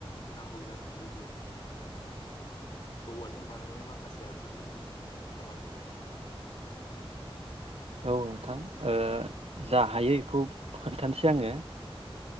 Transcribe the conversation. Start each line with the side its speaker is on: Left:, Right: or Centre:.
Left: नांगौ जानाय गोदो औवाजों बानायनाय माखासे आगजुफोरनि मुं बुंनो हागोन <unintelligible>
Right: औ नोंथां ओ जा हायो एखौ खोन्थानोसै आङो